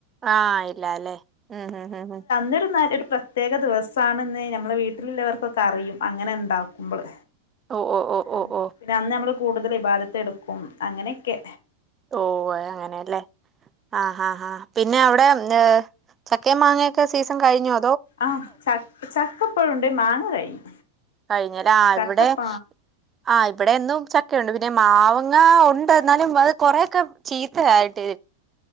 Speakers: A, on the right (about 20°); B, on the left (about 55°).
A: ആ ഇല്ല അല്ലെ ഉം ഉം ഉം
B: ഇതൊരു ഒരു പ്രത്യേക ദിവസാണ്ന്ന് നമ്മളെ വീട്ടിലുള്ളവർക്കൊക്കെ അറിയും അങ്ങനെ ഇണ്ടാക്കുമ്പള്
A: ഓ ഓ ഓ
B: ആ
A: ഓ
B: പിന്നെ അന്ന് നമ്മള് കൂടുതൽ ഇബാധത്ത് എടുക്കും അങ്ങനെയൊക്കെ
A: ഓ അങ്ങനെലേ ആ ആ ആ പിന്നെ അവിടെ ചക്ക മാങ്ങയൊക്കെ സീസൺ കയിഞ്ഞോ
B: ആ ച ചക്കപ്പഴുണ്ട് മാങ്ങ കഴിഞ്ഞു
A: കഴിഞ്ഞല് ആ
B: ചക്കപ്പ
A: ഇവിടെ ആ ഇവിടെന്നും ചക്കയുണ്ട് പിന്നെ മാവ്ങ്ങ ഉണ്ട് എന്നാലും അത് കുറെയൊക്കെ ചീത്തയായിട്ട്